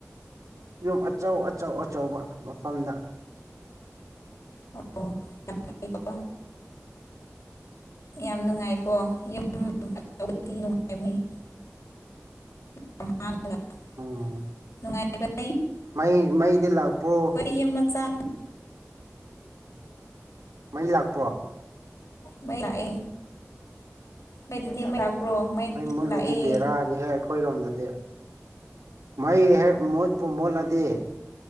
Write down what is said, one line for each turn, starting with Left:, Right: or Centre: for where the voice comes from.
Right: ꯌꯨꯝ ꯑꯆꯧ ꯑꯆꯧ ꯑꯆꯧꯕ ꯃꯐꯝꯗ
Left: ꯑꯣ <unintelligible> ꯌꯥꯝ ꯅꯨꯡꯉꯥꯏꯀꯣ ꯌꯨꯝ ꯑꯆꯧꯕꯗꯤ ꯅꯨꯡꯉꯥꯏꯕꯅꯦ <unintelligible>
Right: ꯎꯝ
Left: ꯅꯨꯡꯉꯥꯏꯕꯅꯦ
Right: ꯃꯩ ꯃꯩꯗꯤ ꯂꯥꯛꯄ꯭ꯔꯣ
Left: ꯋꯥꯔꯤ ꯌꯨꯝ ꯃꯆꯥ꯫
Right: ꯃꯩ ꯂꯥꯛꯄ꯭ꯔꯣ?
Left: ꯃꯩ ꯂꯥꯛꯑꯦ꯫ ꯅꯣꯏꯗꯗꯤ ꯃꯩ ꯂꯥꯛꯄ꯭ꯔꯣ? ꯃꯩ
Right: ꯃꯨꯠꯂꯗꯤ
Left: ꯂꯥꯛꯑꯦ꯫
Right: ꯕꯦꯔꯥꯅꯤ ꯍꯦꯛ ꯑꯩꯈꯣꯏꯔꯣꯝꯗꯗꯤ ꯃꯩ ꯍꯦꯛ ꯃꯨꯠꯄꯨ ꯃꯨꯠꯂꯗꯤ,